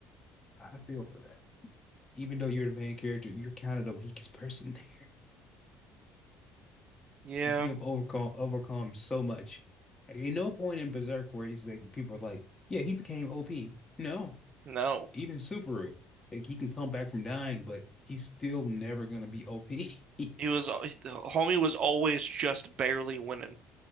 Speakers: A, on the left; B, on the right.
A: I I feel for that. even though you're the main character, you're kind of the weakest person there. <laughs>
B: Yeah,
A: You have overcome overcome so much. Like, at no point in Berserk where he's like people are like, yeah, he became OP. No,
B: no.
A: even Subaru, like he can come back from dying, but he's still never gonna be OP. <laughs>
B: He was, homie was always just barely winning